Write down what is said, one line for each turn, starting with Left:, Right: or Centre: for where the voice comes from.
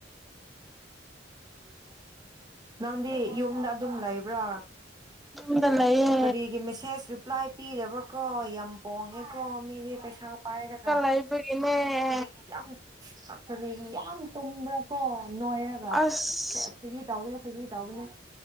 Right: ꯅꯪꯗꯤ ꯌꯨꯝꯗ ꯑꯗꯨꯝ ꯂꯩꯕ꯭ꯔꯥ꯫
Centre: ꯌꯨꯝꯗ ꯂꯩꯌꯦ꯫
Right: ꯀꯔꯤꯒꯤ ꯃꯤꯁꯦꯁ ꯔꯤꯄ꯭ꯂꯥꯏ ꯄꯤꯗꯕ꯭ꯔꯥ ꯀꯣ ꯌꯥꯝ ꯄꯣꯡꯉꯦꯀꯣ ꯃꯤꯗꯤ ꯄꯩꯁꯥ ꯄꯥꯏꯔꯒ꯫
Centre: ꯄꯥꯏꯕꯒꯤꯅꯦ꯫
Right: ꯀꯔꯤꯒꯤ ꯌꯥꯝ ꯀ ꯀꯔꯤꯒꯤ ꯌꯥꯝ ꯇꯨꯝꯕ꯭ꯔꯥ ꯀꯣ ꯅꯣꯏꯔꯒ
Centre: ꯑꯁ
Right: ꯁꯦꯁ꯫ ꯐꯥꯒꯤ ꯇꯥꯎꯕꯅꯦ ꯐꯥꯒꯤ ꯇꯥꯎꯕꯅꯦ꯫